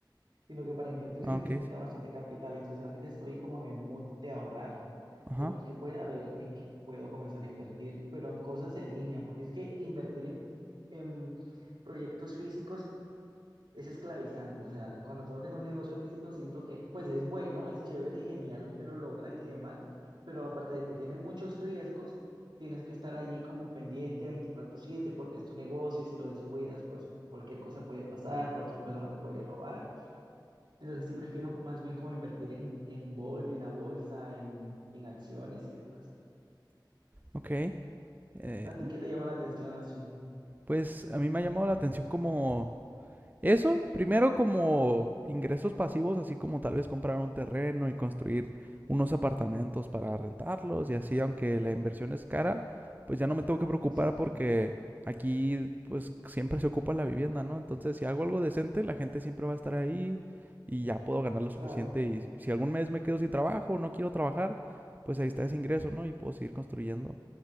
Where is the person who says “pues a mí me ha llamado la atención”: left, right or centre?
Right